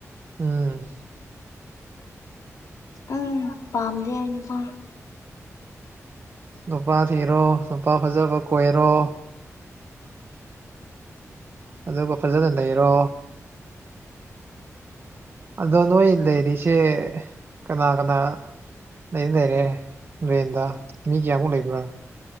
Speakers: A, on the right; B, on the left.
A: ꯎꯝ
B: ꯎꯝ ꯄꯥꯝꯗ ꯅꯨꯄ
A: ꯅꯨꯄꯥ ꯊꯤꯔꯣ ꯅꯨꯄꯥ ꯐꯖꯕ ꯀꯣꯏꯔꯣ ꯑꯗꯨꯒ ꯐꯖꯅ ꯂꯩꯔꯣ ꯑꯗꯣ ꯅꯣꯏ ꯂꯩꯔꯤꯁꯦ ꯀꯅꯥ ꯀꯅꯥ ꯑ ꯂꯩꯔꯦ ꯔꯦꯟꯗ ꯃꯤ ꯀꯌꯥꯃꯨꯛ ꯂꯩꯕ꯭ꯔꯥ